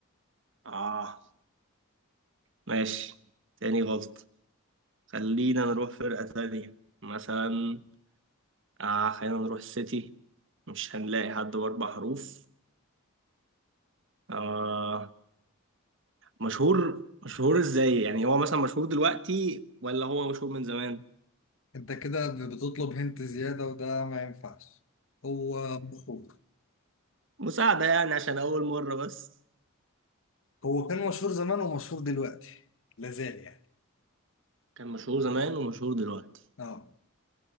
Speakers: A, on the right (about 55°); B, on the left (about 65°).
A: اه ماشي تاني غلط خلينا نروح فرقة تانية مثلا آه خلينا نروح السيتي مش هنلاقي حد بأربع حروف آه مشهور مشهور ازاي يعني هو مثلا مشهور دلوقتي ولا هو مشهور من زمان
B: انت كده بتطلب هنت زياده وده ما ينفعش هو مشهور
A: مساعدة يعني عشان أول مرة بس
B: هو كان مشهور زمان ومشهور دلوقتي لازال يعني
A: كان مشهور زمان ومشهور دلوقتي
B: اه